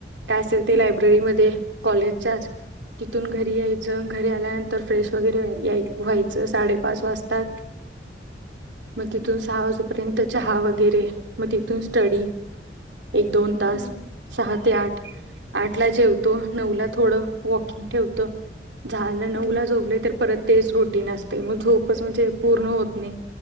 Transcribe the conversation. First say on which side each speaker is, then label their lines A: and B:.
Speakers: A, on the right; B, on the left.
A: काय असेल ते
B: हम्म
A: लायब्ररीमध्ये- कॉलेजच्याच तिथून घरी यायचं घरी आल्यानंतर फ्रेश वगैरे व्हाय याय व्हायचं साडेपाच वाजतात- मग तिथून
B: बर
A: सहा वाजेपर्यंत- चहा वगैरे मग तिथून स्टडी- एक दोन तास
B: हम्म
A: सात- ते आठ आठ ला जेव- तो नऊला थोडं वॉकिंग ठेवतो- झाल नऊला
B: हम्म
A: झोपले तर परत- तेच रूटीन असते ग झोप म्हणजे पूर्ण होत नाही